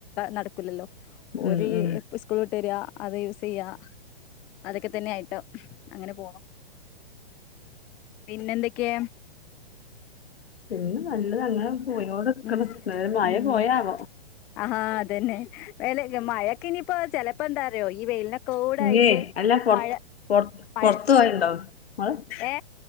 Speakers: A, in the centre; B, on the left (about 80°).
A: നടക്കൂല്ലല്ലോ ഓര്
B: ഉം ഉം
A: എപ്പൊ സ്കൂൾ വിട്ട് വര്ന്ന അത് യൂസ് യ്യാ അതൊക്കെ തന്നെ ആയിട്ട് അങ്ങനെ പോണൂ പിന്നെന്തൊക്കെ
B: പിന്നെ നല്ലതന്നെ പോയോട്നിക്കണ്
A: ഉം
B: മഴ മയ
A: ഉം
B: പോയാവോ
A: ആഹാ അതന്നെ വെല മഴക്കനീപ്പോ ചെലപ്പന്താറിയോ ഈ വെയിലിന കോടായിട്ട്
B: ഇഞ്ഞേ അല്ല പൊറത്ത്
A: മഴ
B: പൊറത്ത്
A: പ
B: പൊറത്ത് പോവലുണ്ടോ ഇങ്ങള്
A: ഏ